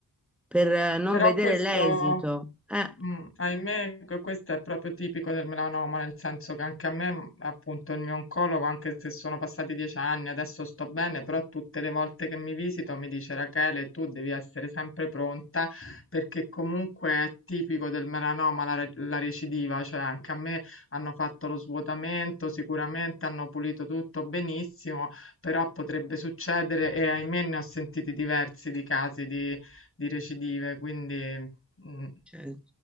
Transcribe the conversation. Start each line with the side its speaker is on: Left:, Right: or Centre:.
Centre: per eh, non
Left: Però
Centre: vedere
Left: questo
Centre: l'esito. Eh,
Left: Mh, ahimè que questo è proprio tipico del melanoma, nel senso che anche a me, mhmm, appunto, il mio oncologo, anche se sono passati 10 anni, adesso sto bene, però tutte le volte che mi visito mi dice: "Rachele, tu devi essere sempre pronta perché comunque è tipico del melanoma la re la recidiva", cioè anche a me hanno fatto lo svuotamento, sicuramente hanno pulito tutto benissimo, però potrebbe succedere e ahimè ne ho sentiti diversi di casi di di recidive, quindi mh.
Centre: cioè,